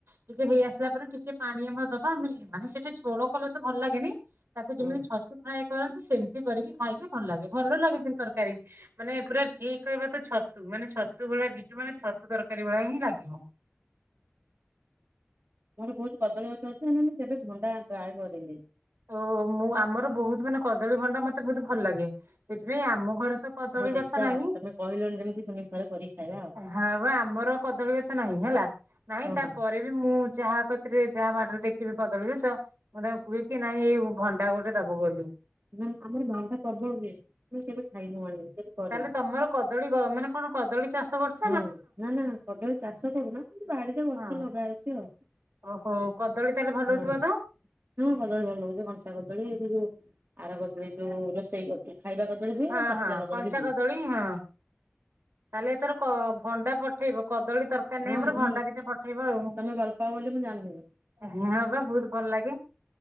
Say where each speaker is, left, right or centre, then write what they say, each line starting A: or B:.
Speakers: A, on the right (about 85°); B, on the right (about 60°).
A: ଟିକେ ହେଇ ଆସିଲା ପରେ ଟିକେ ପାଣି ଆମେ ଦବା ଆମେ ମାନେ ସେଇଟା ଝୋଳ କଲେ ତ ଭଲ ଲାଗେନି। ତାକୁ
B: ଓହୋ।
A: ଯେମିତି ଛତୁ ଫ୍ରାଏ କରନ୍ତି ସେମିତି କରିକି ଖାଇକି ଭଲ ଲାଗେ ଭଲ ଲାଗେ କିନ୍ତୁ ତରକାରୀ। ମାନେ ପୁରା ଠିକ କହିବା ତ ଛତୁ ମାନେ ଛତୁ ଭଳିଆ ମାନେ ଛତୁ ତରକାରୀ ଭଳିଆ ହିଁ ଲାଗିବ।
B: ମୋର ବୋହୁତ କଦଳୀଗଛ ଅଛି ମୁଁ କେବେ ଝଣ୍ଡା ଟ୍ରାଏ କରେନି।
A: ଓ ମୁଁ ଆମର ବୋହୁତ ମାନେ କଦଳୀ ଭଣ୍ଡା ମତେ ବୋହୁତ ଭଲ ଲାଗେ ସେଥିପାଇଁ ଆମ ଘରେ ତ କଦଳୀ
B: ହଉ ଦେଖିବା
A: ଗଛ ନାହିଁ,
B: ଆଉ ତମେ କହିଲଣି ଯେମିତି ସେମିତି ଥରେ କରିକି ଖାଇବା ଆଉ
A: ହଁ ବା ଆମର କଦଳୀ ଗଛ ନାହିଁ ହେଲା। ନାଇଁ
B: ହଁ
A: ତାପରେ
B: ହଁ।
A: ବି ମୁଁ ଯାହା କତିରେ ଯାହା ବାଡିରେ ଦେଖିବି କଦଳୀ ଗଛ ମୁଁ ତାଙ୍କୁ କୁହେ କି ନାଇଁ ଏଇ ଭଣ୍ଡା ଗୋଟେ ଦବ ବୋଲି।
B: ନା ଆମର ଭଣ୍ଡା ପ୍ରବଳ ହୁଏ, କିନ୍ତୁ କେବେ ଖାଇ ନୁ ଆଣି କେବେ କରି।
A: ତାହଲେ ତମର କଦଳୀ ଗ ମାନେ କଣ କଦଳୀ ଚାଷ କରୁଚ
B: ହଁ ନା ନା କଦଳୀ ଚାଷ କରୁନା କିନ୍ତୁ ବାଡିରେ ଗଛ
A: ହଁ
B: ଲଗା ହେଇଚି ଆଉ।
A: ଓହୋ କଦଳୀ ତାହେଲେ ଭଲ
B: ହଁ
A: ହୋଉଥିବ ତ?
B: ହଁ କଦଳୀ ଭଲ ଲାଗୁଚି କଞ୍ଚା କଦଳୀ କିନ୍ତୁ ଆର କଦଳୀ ଯୋଉ ରୋଷେଇ କରୁଚି ଖାଇବା କଦଳୀ ହୁଏ
A: ହଁ
B: ପାଚିଲା
A: ହଁ
B: କଦଳୀ
A: କଞ୍ଚା
B: ବି ହୁଏ।
A: ହଁ ତାଲେ ଏଥର କ ଭଣ୍ଡା ପଠେଇବ କଦଳୀ ତର କାର ନାହିଁ
B: ହଁ
A: ଆମର
B: ହୁଁ।
A: ଭଣ୍ଡା ଦିଟା ପଠେଇବ ଆଉ
B: ତମେ ଭଲ ପାଅ ବୋଲି ମୁଁ ଜାଣିନି।
A: ହଁ ବା ବହୁତ ଭଲ ଲାଗେ।